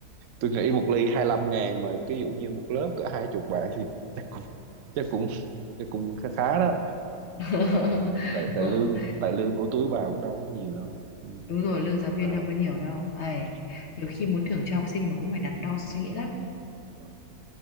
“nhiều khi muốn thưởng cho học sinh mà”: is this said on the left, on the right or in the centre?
Left